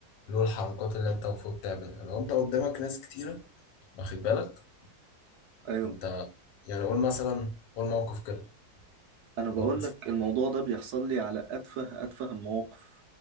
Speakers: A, on the left (about 80°); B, on the right (about 70°).
A: له الحركات اللي أنت المفروض تعملها لو أنت قدامك ناس كتيرة واخد بالك
B: ايوه
A: أنت يعني قول مثلا قول موقف كده
B: انا بقول
A: قدامك ناس
B: لك
A: كتير
B: الموضوع ده بيحصل لي على اتفه اتفه المواقف